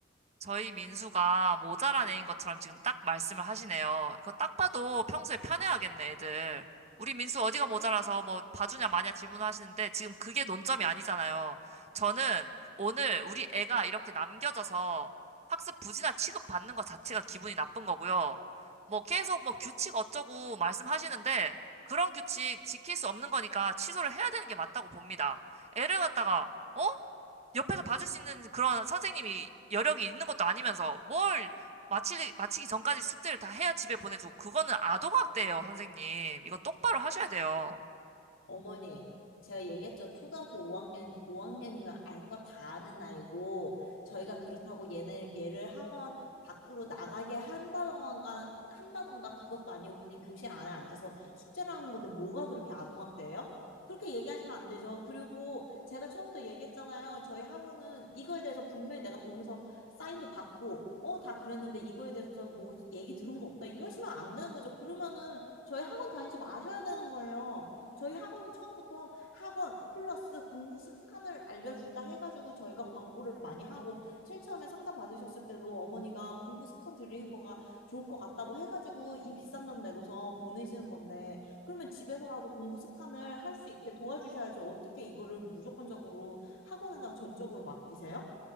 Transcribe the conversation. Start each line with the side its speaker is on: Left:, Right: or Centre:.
Right: 저희 민수가 모자란 애인 것처럼 지금 딱 말씀을 하시네요. 이거 딱 봐도 평소에 편애하겠네, 애들. 우리 민수 어디가 모자라서 뭐 봐주냐 마냐 질문하시는데 지금 그게 논점이 아니잖아요. 저는 오늘 우리 애가 이렇게 남겨져서 학습 부진아 취급받는 것 자체가 기분이 나쁜 거고요. 뭐 계속 뭐 규칙 어쩌고 말씀하시는데 그런 규칙 지킬 수 없는 거니까 취소를 해야 되는 게 맞다고 봅니다. 애를 갖다가 어? 옆에서 봐줄 수 있는 그런 선생님이 여력이 있는 것도 아니면서 뭘 마치, 마치기 전까지 숙제를 다 해야 집에 보내주고 그거는 아동학대예요, 선생님. 이거 똑바로 하셔야 돼요.
Left: 어머니, 제가 얘기했죠. 초등학교 5학년, 5학년이면 알 거 다 아는 나이고, 저희가 그렇다고 얘네, 얘를 학원 밖으로 나가게 한다던가, 한다던가 그것도 아니고 그냥 교실 안에 앉아서 숙제를 하는 건데 뭐가 그렇게 아동학대예요? 그렇게 얘기하시면 안 되죠. 그리고 제가 처음부터 얘기했잖아요. 저희 학원은 이거에 대해서 분명히 내가 동의서 사인도 받고, 어, 다 그랬는데 이거에 대해서 뭐 얘기 들은 거 없다. 이러시면 안 되는 거죠. 그러면은 저희 학원 다니지 마셔야 되는 거예요. 저희 학원은 처음부터 학원 플러스 공부 습관을 알려준다 해가지고 저희가 광고를 많이 하고 제일 처음에 상담 받으셨을 때도 어머니가 공부 습관 드리는 거가 좋을 것 같다고 해가지고 이 비싼 돈 내고서 보내시는 건데 그러면 집에서라도 공부 습관을 할 수 있게 도와주셔야죠. 어떻게 이거를 무조건적으로 학원에다 전적으로 맡기세요?